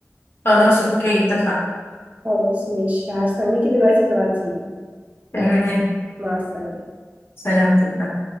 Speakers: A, on the left; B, on the right.
A: خلاص اوكي اتفقنا
B: خلاص ماشي هستناكي دلوقتي تبعتيلي
A: تمام
B: مع السلامه
A: سلام